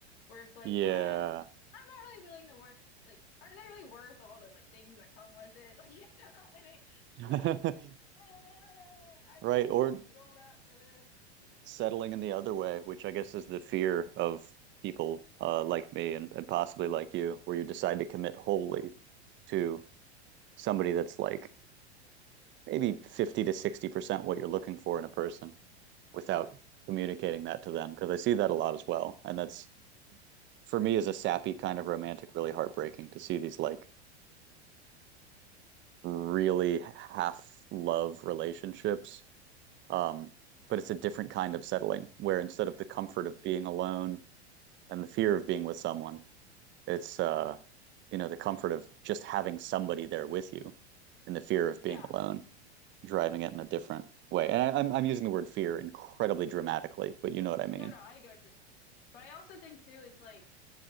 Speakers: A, on the left; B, on the right.
A: where it's like,
B: Yeah.
A: uh, I'm not really willing to work. Like, are they really worth all the like things that come with it? <laughs> Like, you know, <laughs> and it,
B: <laughs>
A: like, uh, I
B: Right.
A: do I really
B: Or
A: want to do all that for this? You
B: settling in the other way, which I guess is the fear of people uh, like me and, and possibly like you, where you decide to commit wholly to somebody that's like maybe 50 to 60% what you're looking for in a person without communicating that to them. Because I see that a lot as well. And that's
A: know,
B: for me as a sappy kind of romantic, really heartbreaking to see these like really half love relationships Um,
A: yeah,
B: but it's a different kind of settling where instead of the comfort of being alone and the fear of being with someone, it's uh, you know, the comfort of just having somebody there with you and the fear of
A: yeah.
B: being alone, driving it in a different way. And I, I'm I'm using the word fear incredibly dramatically, but you know what I mean.
A: No, no, I get what you're saying, but I also think too, it's like